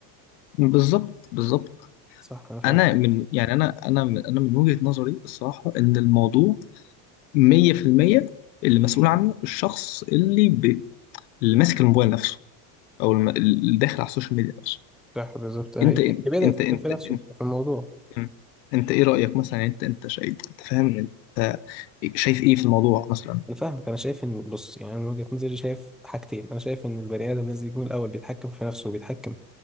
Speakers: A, on the left; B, in the centre.
A: بالظبط بالظبط
B: صح انا فاهم
A: انا من يعني انا انا من انا من وجهة نظري الصراحة ان الموضوع 100% اللي مسؤول عنه الشخص اللي ب... اللي ماسك الموبايل نفسه او الم- اللي داخل على السوشيال ميديا نفسه
B: صح بالظبط انا
A: انت
B: اللي
A: انت
B: بدأت
A: انت انت,
B: في نفسه
A: انت,
B: في الموضوع
A: مم. انت ايه رأيك مثلا يعني انت انت شايف انت فاهم انت شايف ايه في الموضوع مثلا
B: انا فاهمك انا شايف ان بص يعني انا من وجهة نظري شايف حاجتين انا شايف ان البني ادم لازم يكون الاول بيتحكم في نفسه وبيتحكم